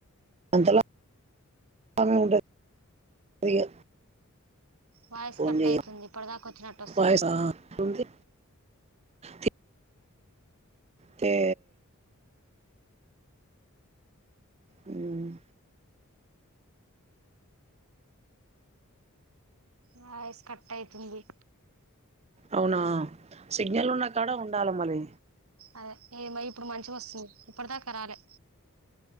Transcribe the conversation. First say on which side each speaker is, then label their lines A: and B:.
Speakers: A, on the right (about 30°); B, on the right (about 75°).
A: అంతల అమె ఉంటందిగా
B: వాయిస్
A: పోన్
B: కట్
A: చేయ్య
B: అయితుంది ఇప్పటిదాకా వచ్చినట్టు వస్తలే
A: వాయిస్ అట్లుంది తి తే హ్మ్
B: వయిస్ కట్ ఐతుంది
A: అవునా సిగ్నల్ ఉన్నా కాడ ఉండాల మలి
B: అదే ఏమే ఇప్పుడు మంచిగ వస్తుంది ఇప్పటి దాకా రాలే